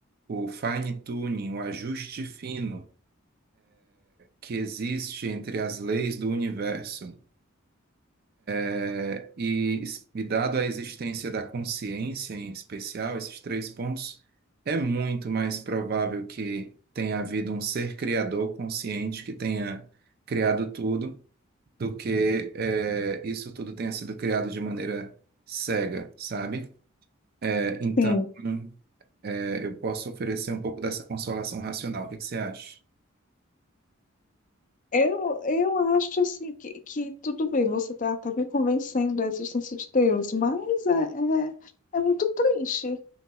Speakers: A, on the right; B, on the left.
A: o fine-tuning, o ajuste fino que existe entre as leis do universo É, E, e dado a existência da consciência em especial, esses três pontos, é muito mais provável que tenha havido um ser criador consciente que tenha criado tudo, do que eh, isso tudo tenha sido criado de maneira cega, sabe? Eh, então,
B: Sim,
A: eh, eu posso oferecer um pouco dessa consolação racional. O que que você acha?
B: eu, eu acho assim que, que tudo bem, você está tá tá me convencendo da existência de Deus, mas é, é, é muito triste